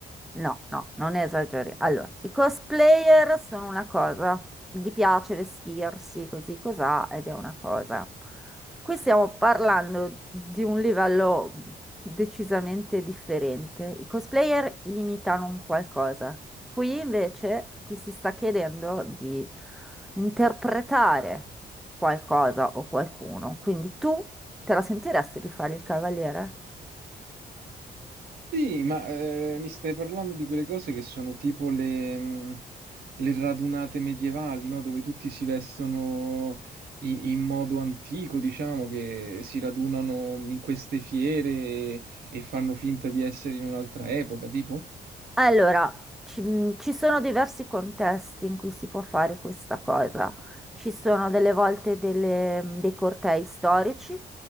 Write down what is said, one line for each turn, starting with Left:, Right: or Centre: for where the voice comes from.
Centre: No, no, non esageri. Allora, i cosplayer sono una cosa, gli piace vestirsi così cosà ed è una cosa. Qui stiamo parlando di un livello decisamente differente. I cosplayer imitano un qualcosa. Qui invece ti si sta chiedendo di interpretare qualcosa o qualcuno. Quindi tu te la sentiresti di fare il cavaliere?
Right: Sì, ma eh, mi stai parlando di quelle cose che sono tipo le, mh, le radunate medievali, no? Dove tutti si vestono i- in, modo antico, diciamo, che si radunano in queste fiere e, e fanno finta di essere in un'altra epoca, tipo?
Centre: Allora, ci, mh, ci sono diversi contesti in cui si può fare questa cosa. Ci sono delle volte delle- mh, dei cortei storici,